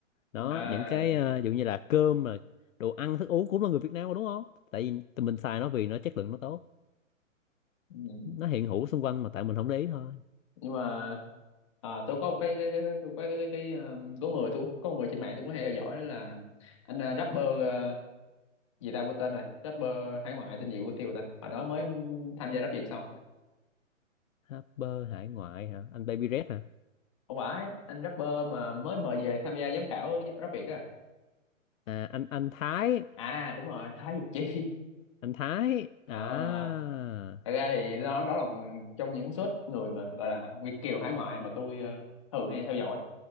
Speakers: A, on the left; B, on the left.
A: Đó,
B: à
A: những cái ờ, ví dụ như là cơm là đồ ăn thức uống cũng là người Việt Nam mà đúng không? Tại vì tụi mình xài nó vì nó chất lượng nó tốt
B: ừ.
A: nó hiện hữu xung quanh mà tại mình không để ý thôi
B: nhưng mà à, tôi có một cái cái cái cái cái, cái, cái, cái ờ, có người tôi có người trên mạng tôi cũng hay theo dõi đó là anh ờ, rapper ờ, gì ta quên tên rồi rapper hải ngoại tên gì của tiêu ta hồi đó mới tham gia Rap Việt xong
A: Harper hải ngoại hả anh Baby Red hả
B: không phải anh rapper mà mới mời về tham gia giám khảo Rap Việt á
A: à anh anh Thái
B: à đúng rồi Thái Việt Chi
A: anh Thái
B: <laughs> đó
A: à
B: à. thật ra thì đó đó là một trong những suất người mà gọi là Việt kiều hải ngoại mà tôi ờ, thường hay theo dõi